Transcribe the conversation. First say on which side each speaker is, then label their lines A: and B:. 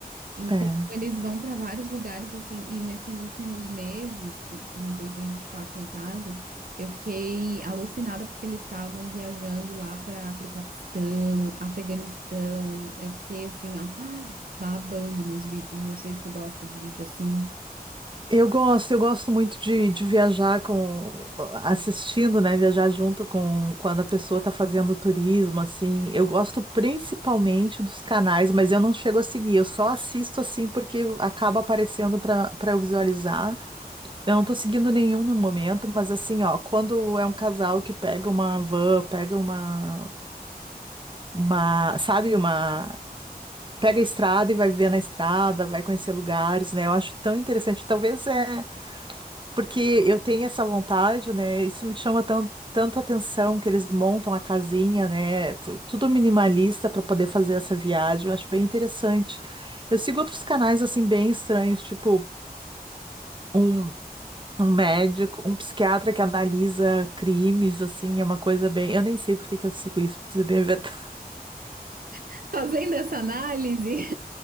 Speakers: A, on the right (about 60°); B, on the right (about 30°).
A: Então,
B: É.
A: eles vão para vários lugares, assim, e nesses últimos meses, em em 2024, no caso, eu fiquei alucinada porque eles estavam viajando lá para o Paquistão, Afeganistão. Eu fiquei assim, ó, <gasps> babando nos vídeos. Não sei se tu gosta de vídeo assim.
B: Eu gosto, eu gosto muito de, de viajar com, assistindo, né? Viajar junto com quando a pessoa está fazendo turismo, assim. Eu gosto principalmente dos canais, mas eu não chego a seguir. Eu só assisto assim porque acaba aparecendo para para eu visualizar. Eu não tô seguindo nenhum no momento, mas assim, ó, quando é um casal que pega uma van, pega uma, uma, sabe, uma, pega a estrada e vai viver na estrada, vai conhecer lugares, né? Eu acho tão interessante. Talvez é porque eu tenho essa vontade, né? Isso me chama tão, tanto atenção que eles montam a casinha, né? tu- Tudo minimalista para poder fazer essa viagem. Eu acho bem interessante. Eu sigo outros canais assim bem estranhos, tipo um Um médico, um psiquiatra que analisa crimes, assim, é uma coisa bem. Eu nem sei por que que eu sigo isso, pra dizer bem a verdade.
A: <laughs> Fazendo essa análise,